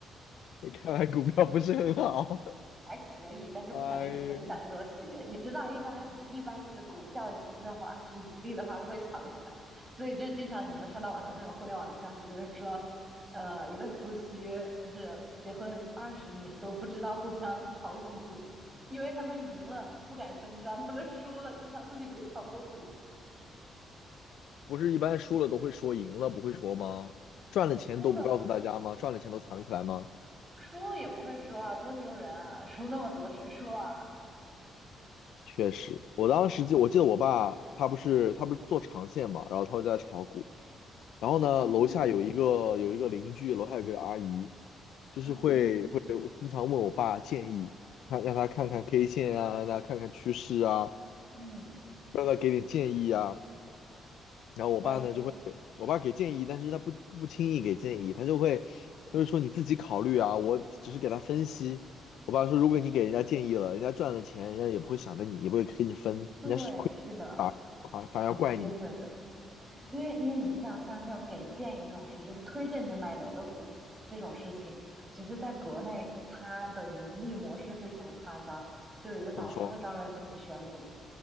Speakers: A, on the left (about 75°); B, on the right (about 15°).
A: 你看来股票不是很好。<laughs>
B: <laughs> 还可以，但是不想跟你分享这种喜悦。
A: 哎呀，
B: 你知道，一般一般就是股票赢的话，就是盈利的话，它会藏起来，所以就是经常你能刷到网上这种互联网的消息，就是说，呃，一对夫妻就是结婚二十年都不知道互相炒股，因为他们赢了不敢声张，他们输了就当自己没炒过股，
A: 不是一般输了都会说赢了不会说吗？赚了钱都不告诉大家吗？
B: 输了
A: 赚了钱都藏起来吗？
B: 输了也不会说啊，多丢人啊，输那么多谁说啊？
A: 确实，我当时就我记得我爸他不是他不是做长线嘛，然后他会在炒股，然后呢，
B: 嗯。
A: 楼下有一个有一个邻居，楼下有个阿姨。就是会会经常问我爸建议，
B: 嗯
A: 看让他看看 K 线啊，让他看看趋势啊，
B: 嗯，
A: 让他给点建议啊。然后我爸呢就会，
B: 哎，
A: 我爸给建议，但是他不不轻易给建议，他就会他就会说你自己考虑啊，我只是给他分析。我爸说，如果你给人家建议了，人家赚了钱，人家也不会想着你，也不会给你分，
B: 对，
A: 人家是亏，
B: 是的，
A: 反反而要怪你。
B: 很忌讳的，因为因为你知道，像这种给建议这种事，就是推荐你买哪个股这种事情，其实在国内它的盈利模式非常的夸张，就有一个导师会专门儿给你选股，
A: 怎么说？